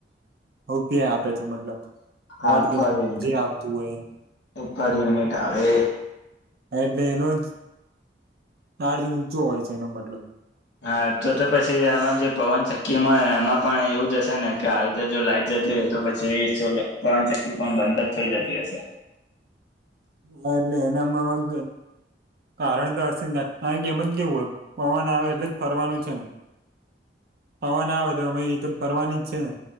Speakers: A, on the right; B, on the left.
A: ક્યા આપે છે. મતલબ વોલ્ટ
B: હા પર યુનિટ
A: જે આપતું હોય એમ
B: પર યુનિટ આવે એ.
A: હ એટલે એનું ચાર્જ <unintelligible> ઊંચો હોય છે એનો મતલબ
B: હા, તો તો પછી આમાં જે પવન ચક્કીમાંય એમાં પણ એવું હશે ને કે આવી રીતે જો લાઈટ જતી તો પછી પવન ચકી પણ બંધ જ થઈ જતી હશે.
A: હા, એટલે એનામાં કારણ તો હશે આ કે એમ જ કેવું હો પવન આવે એટલે જ ફરવાનું છે ને પવન આવે તો ઈ તો ફરવાની જ છે ને